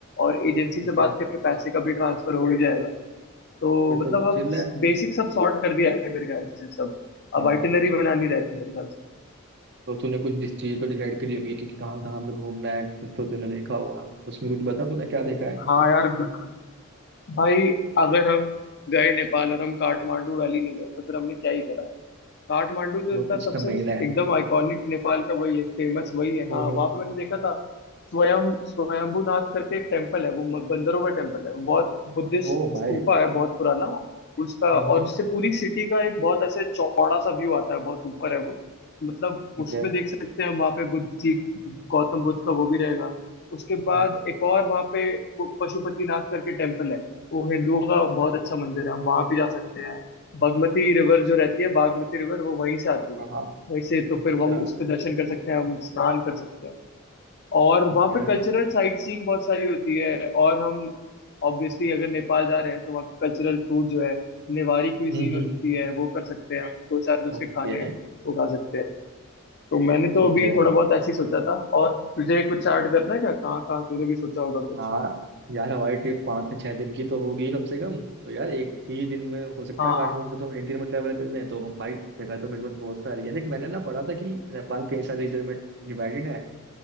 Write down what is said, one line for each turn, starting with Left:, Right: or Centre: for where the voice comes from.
Left: और एजेंसी
Right: ठीक
Left: से
Right: है
Left: बात करके पैसे का भी ट्रांसफर हो ही जाएगा तो
Right: फिर
Left: मतलब
Right: तो चिल
Left: अब
Right: है
Left: बेसिक सब सॉर्ट कर दिया है मेरे ख्याल से सब
Right: हाँ
Left: अब आइटिनरी बनानी रहती है मेरे ख्याल से तो
Right: तो तूने कुछ डिस- चीजें तो डिसाइड करी होंगी कि कहाँ कहाँ पे घूमना है कुछ तो तूने देखा होगा उसमें कुछ बता तूने क्या देखा है
Left: हाँ यार बिल्कुल भाई अगर हम गए नेपाल और हम काठमांडू वैली नहीं गए तो फिर हमने क्या ही करा काठमांडू तो
Right: वो
Left: इतना
Right: तो उसका
Left: सबसे
Right: मेन है
Left: एकदम आइकॉनिक नेपाल का वही है फेमस वही है
Right: हम्म
Left: हाँ वहां पे मैंने देखा था स्वयं स्वयंभूनाथ करके एक टेम्पल है वो म- बंदरों का टेम्पल है वो बहुत बुद्धिस्ट
Right: ओ भाई
Left: स्तूपा है बहुत पुराना उसका
Right: हम्म
Left: और उससे पूरी सिटी का एक बहुत ऐसे चौड़ा सा व्यू आता है बहुत ऊपर है वो मतलब
Right: ठीक
Left: उसमें
Right: है
Left: देख सकते हैं हम। वहाँ पे बुद्ध जी गौतम बुद्ध का वो भी रहेगा उसके बाद
Right: हम्म,
Left: एक और वहाँ पे प- पशुपतिनाथ करके टेम्पल है वो हिंदुओं का
Right: अच्छा,
Left: बहुत अच्छा मंदिर है हम वहाँ भी जा सकते हैं बागमती रिवर जो रहती है बागमती रिवर वो वहीं से आती
Right: हाँ
Left: है
Right: हाँ
Left: वहीं से तो
Right: अच्छा
Left: फिर हम उस पर दर्शन कर सकते हैं हम स्नान कर सकते हैं और
Right: ठीक
Left: वहाँ
Right: है
Left: पे कल्चरल साइट सीइंग बहुत सारी होती है और हम ऑब्वियसली अगर नेपाल जा रहे हैं तो वहाँ के कल्चरल फूड जो है नेवारी क्यूजीन
Right: हम्म
Left: होती है वो कर सकते हैं हम दो चार जो उसके
Right: ओके
Left: खाने हैं वो खा सकते हैं तो मैंने
Right: ठीक
Left: तो अभी
Right: है
Left: थोड़ा बहुत ऐसे ही सोचा था और तुझे कुछ ऐड करना है क्या कहाँ कहाँ तूने भी सोचा होगा कुछ
Right: हाँ यार हमारी ट्रिप पाँच से छह दिन की तो होगी कम से कम तो यार एक ही दिन में हो सकता
Left: हाँ
Right: है काठमांडू तो हम एक दिन में ट्रैवल कर लें तो हम भाई जगह तो मेरे पास बहुत सारी है देख मैंने ना पढ़ा था कि नेपाल कई सारे रीजन में डिवाइडेड है